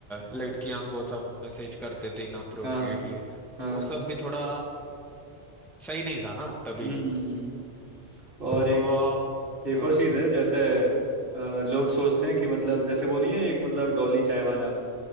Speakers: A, in the centre; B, on the right (about 50°).
A: लड़कियां को सब मैसेज करते थे इनअप्रोप्रिएटली
B: हाँ हाँ
A: वो सब भी थोड़ा सही नहीं था ना तभी
B: हम्म हम्म, हम्म। और
A: तो
B: एक एक
A: हाँ
B: और चीज है जैसे अ, लोग सोचते हैं कि मतलब जैसे वो नहीं है एक मतलब डॉली चाय वाला